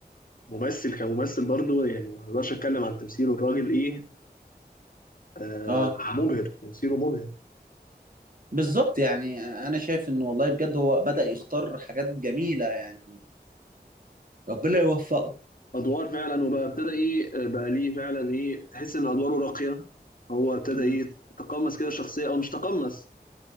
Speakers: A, on the left (about 55°); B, on the right (about 55°).
A: ممثل كممثل برضه يعني ما اقدرش اتكلم عن تمثيله الراجل ايه آه
B: اه
A: مبهر تمثيله مبهر
B: بالظبط يعني انا شايف انه والله بجد هو بدأ يختار حاجات جميلة يعني ربنا يوفقه
A: ادوار فعلا وبقى ابتدى ايه آه، بقى ليه فعلا ايه تحس ان ادواره راقية هو ابتدى
B: مم.
A: ايه تقمص كده الشخصية او مش تقمص